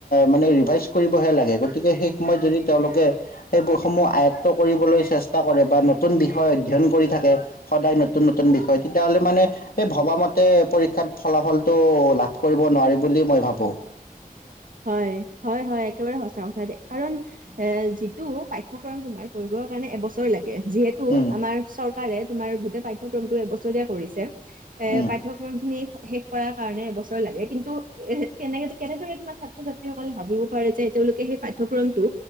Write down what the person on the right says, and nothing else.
হয়, হয়, হয়। একেবাৰে সচা কথা দে। কাৰণ, এ যিটো পাঠ্যক্ৰম তোমাৰ কঢ়ি বৰ কাৰণে এবছৰ লাগে। যিহেতু
আমাৰ চৰকাৰে তোমাৰ গোটেই পাঠ্যক্ৰমটো এবছৰীয়া কৰিছে। এ
পাঠ্যক্ৰম খিনি শেষ কৰাৰ কাৰণে এবছৰ লাগে কিন্তু এ কেনেকে কেনেদৰে মান ছাত্ৰ-ছাত্ৰীসকলে ভাবিব পাৰে যে তেওঁলোকে সেই পঠ্য়ক্ৰমটো